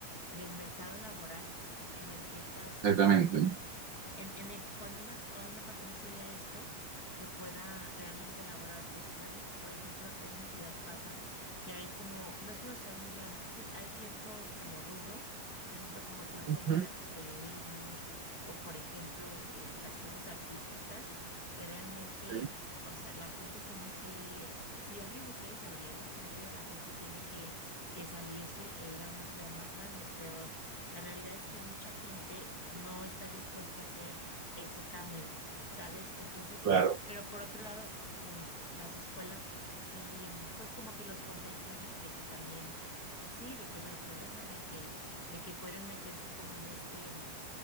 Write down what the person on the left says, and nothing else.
del mercado laboral en el que estás,
en el que estás, en, en el que cuando una, a una persona estudia esto, que pueda realmente elaborar, porque sabes, por ejemplo, acá en mi ciudad pasa que hay como, no es una ciudad muy grande, entonces hay ciertos como rubros, por ejemplo, como tú lo
comentabas, periodismo, o por ejemplo, este, las cosas artísticas, que realmente,
o sea, la gente tiene que, si alguien se quiere desarrollar en ese medio, la gente tiene que, que salirse e ir a una ciudad más grande, pero la realidad es que mucha gente no está dispuesto a hacer ese cambio, ¿sabes? Entonces,
pero por otro lado, mm, las escuelas sí, mm, pues como que los convence de, de que también, sí, de que no hay problema, de que, de que pueden meterse como en este, mm,